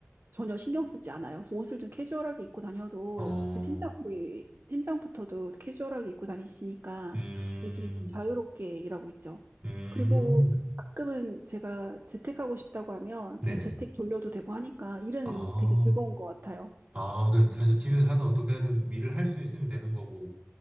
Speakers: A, on the right; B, on the right.
A: 전혀 신경 쓰지 않아요. 그래서 옷을 좀 캐주얼하게 입고 다녀도
B: 어.
A: 그 팀장, 우리 팀장부터도 캐주얼하게 입고 다니시니까
B: 음.
A: 요즘 자유롭게 일하고 있죠.
B: 음.
A: 그리고 가끔은 제가 재택하고 싶다고 하면
B: 네네.
A: 그냥 재택 돌려도 되고 하니까 일은
B: 아,
A: 되게 즐거운 것 같아요.
B: 아, 그 사실 집에서 하든 어떻게 하든 일을 할 수 있으면 되는 거고